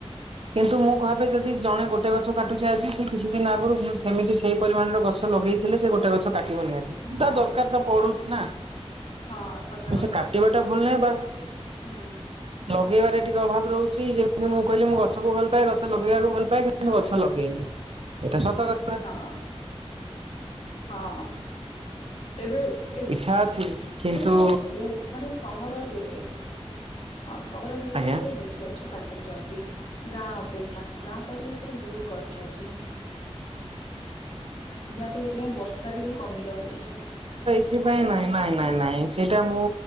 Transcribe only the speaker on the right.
କିନ୍ତୁ ମୁଁ କହିବି ଯଦି ଜଣେ ଗୋଟେ ଗଛ କାଟୁଛି ଆଜି ସେ କିଛି ଦିନ ଆଗରୁ ସେମିତି ସେଇ ପରିମାଣର ଗଛ ଲଗେଇ ହେଲେ ସେ ଗୋଟେ ଗଛ କାଟିବ ନିହାତି।
ତା ଦରକାର ତ ପଡୁଛି ନା।
ତ
ସେ କାଟିବାଟା ଭୁଲ ନାହିଁ। ବାସ୍
ଲଗେଇବାରେ ଟିକେ ଅଭାବ ରହୁଛି। ଯେମିତି ମୁଁ କହିଲି ମୁଁ ଗଛକୁ ଭଲ ପାଏ। ଗଛ ଲଗେଇବାକୁ <unintelligible>
ଗଛ ଲଗେଇନି ଏଟା ସତ କଥା।
ଇଚ୍ଛା ଅଛି। କିନ୍ତୁ
ଆଜ୍ଞା
ସେଥିପାଇଁ ନାଇଁ ନାଇଁ ନାଇଁ ନାଇଁ ସେଇଟା ମୁଁ